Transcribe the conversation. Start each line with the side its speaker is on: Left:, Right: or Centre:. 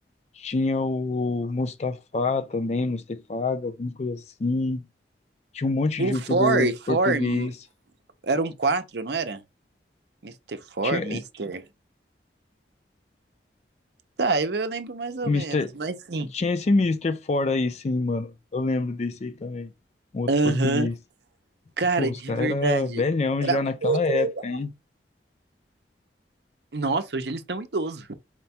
Left: Tinha o Mustafa também, Mustefaga, alguma coisa assim. Tinha um monte
Right: o
Left: de youtuber
Right: For, For,
Left: português.
Right: eram quatro, não era? Mister For,
Left: Tinha,
Right: Mister Tá, eu eu lembro mais ou
Left: Mister,
Right: menos, mas sim.
Left: tinha esse Mister fora aí, sim, mano. Eu lembro desse aí também. Um outro
Right: Aham.
Left: português.
Right: Cara,
Left: Pô, os
Right: de
Left: caras
Right: verdade.
Left: eram velhão
Right: Era
Left: já
Right: muito
Left: naquela época,
Right: legal.
Left: hein?
Right: Nossa, hoje eles estão idosos.